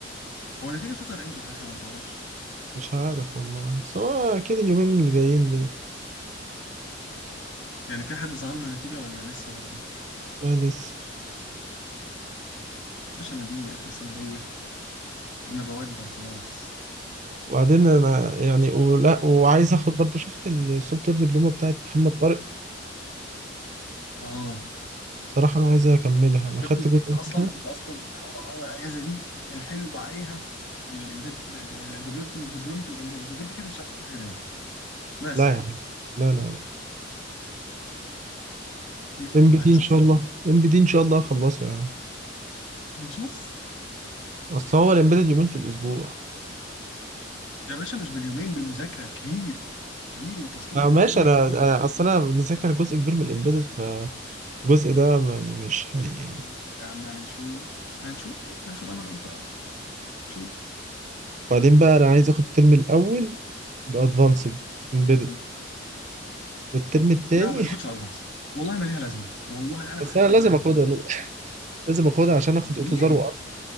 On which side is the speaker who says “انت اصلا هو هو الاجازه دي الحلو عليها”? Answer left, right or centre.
Left